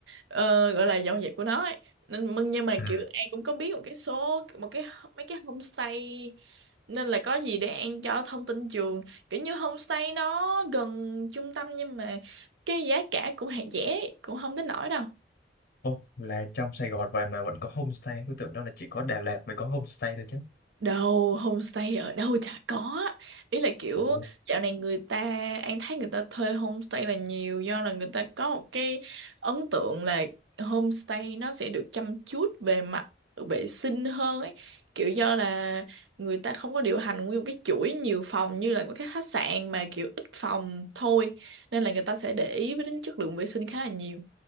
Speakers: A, on the right (about 75°); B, on the left (about 55°).
A: ờ, gọi là dọn dẹp của nó ấy. Nên mừng nhưng mà
B: Ừ.
A: kiểu An cũng có biết một cái số một cái mấy cái homestay nên là có gì để An cho thông tin trường kiểu như homestay nó gần trung tâm nhưng mà cái giá cả cũng hạt rẻ cũng không tới nổi đâu
B: ô là trong Sài Gòn vậy mà vẫn có homestay, tôi tưởng đó là chỉ có Đà Lạt mới có homestay thôi chứ.
A: Đâu, homestay ở đâu chả có. Ý là kiểu
B: Ồ,
A: dạo này người ta, An thấy người ta thuê homestay là nhiều do là người ta có một cái ấn tượng là homestay nó sẽ được chăm chút về mặt vệ sinh hơn ấy. Kiểu do là người ta không có điều hành nguyên một cái chuỗi nhiều phòng như là của các khách sạn mà kiểu ít phòng thôi. Nên là người ta sẽ để ý với đến chất lượng vệ sinh khá là nhiều.